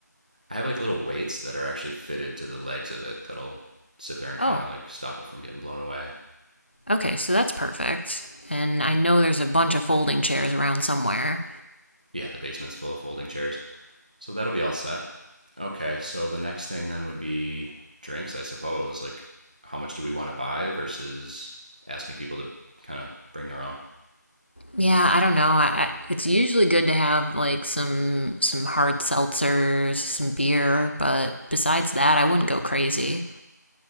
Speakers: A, on the right (about 25°); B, on the left (about 35°).
A: I have like little weights that are actually fitted to the legs of it that'll sit there and kind
B: Oh,
A: of like stop it from getting blown away.
B: Okay, so that's perfect. And I know there's a bunch of folding chairs around somewhere.
A: Yeah, the basement's full of folding chairs. So that'll be all set. Okay, so the next thing then would be drinks, I suppose. Like, how much do we want to buy versus asking people to kind of bring their own?
B: Yeah, I don't know. I, I, it's usually good to have like some some hard seltzers, some beer, but besides that, I wouldn't go crazy.